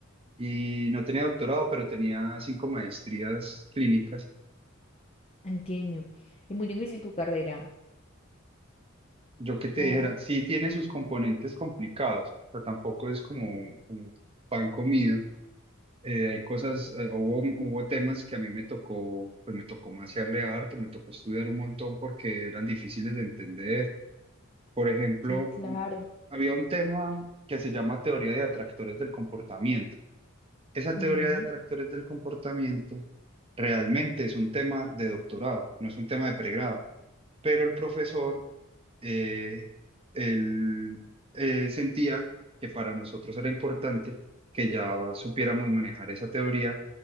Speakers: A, on the right; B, on the left.
A: Y no tenía doctorado, pero tenía cinco maestrías clínicas.
B: Entiendo. Es muy difícil tu carrera.
A: yo que te
B: Oh,
A: dijera, sí tiene sus componentes complicados, o sea, tampoco es como, como pan comido. Eh, hay cosas, eh, hubo, hubo temas que a mí me tocó, pues me tocó maciarle harto, me tocó estudiar un montón porque eran difíciles de entender. Por ejemplo,
B: sí, claro.
A: un- había un tema que se llama teoría de atractores del comportamiento. Esa teoría
B: Ujú.
A: de atractores del comportamiento realmente es un tema de doctorado, no es un tema de pregrado, pero el profesor eh, él eh, sentía que para nosotros era importante que ya supiéramos manejar esa teoría